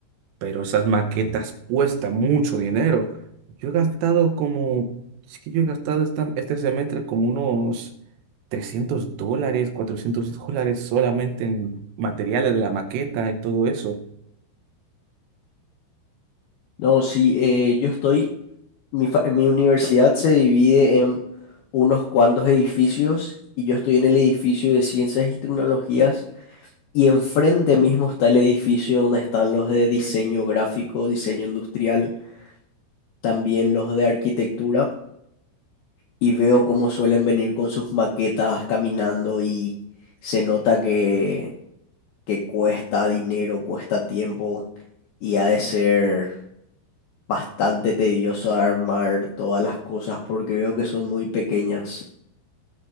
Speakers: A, on the right (about 75°); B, on the left (about 75°).
A: pero esas maquetas cuestan mucho dinero. Yo he gastado como, es que yo he gastado esta- este semestre como unos 300 dólares, 400 dólares solamente en materiales de la maqueta y todo eso.
B: No, sí, eh, yo estoy, mi, fa- mi universidad se divide en unos cuantos edificios y yo estoy en el edificio de ciencias y tecnologías. Y enfrente mismo está el edificio donde están los de diseño gráfico, diseño industrial, también los de arquitectura. y veo cómo suelen venir con sus maquetas caminando y se nota que, que cuesta dinero, cuesta tiempo y ha de ser bastante tedioso armar todas las cosas porque veo que son muy pequeñas.